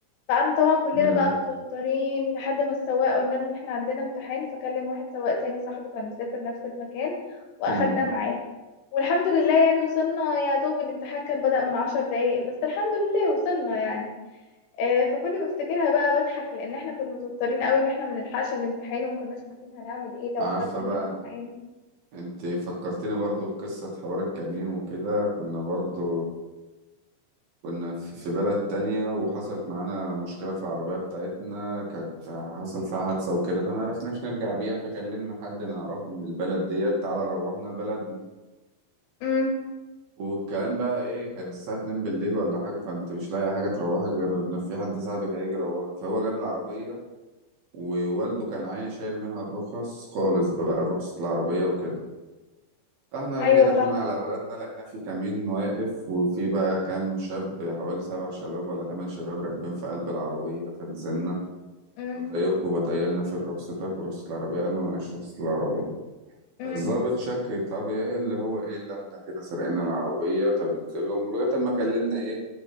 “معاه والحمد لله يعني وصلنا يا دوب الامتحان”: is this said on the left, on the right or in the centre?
Left